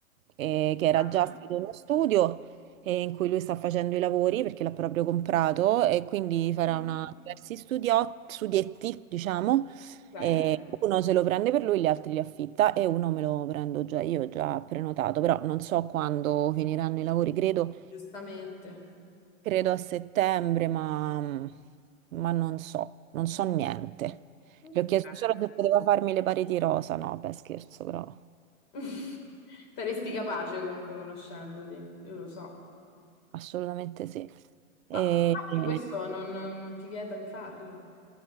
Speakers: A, on the right; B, on the left.
A: eh, che era
B: Ok,
A: già stato uno studio eh, in cui lui sta facendo i lavori perché l'ha proprio comprato e quindi farà
B: Mhm.
A: una, diversi studio- studietti, diciamo,
B: Ok.
A: e uno se lo prende per lui, gli altri li affitta e uno me lo prendo già io, già prenotato, però non so quando finiranno i lavori, credo,
B: giustamente.
A: credo a settembre, ma, ma non so, non so niente.
B: Ok.
A: Le ho chiesto solo se poteva farmi le pareti rosa, no, beh scherzo, però
B: <laughs> Saresti capace comunque conoscendoti, io lo so.
A: assolutamente sì. E,
B: Ma infatti
A: e-
B: questo non, non- non ti vieta di farlo.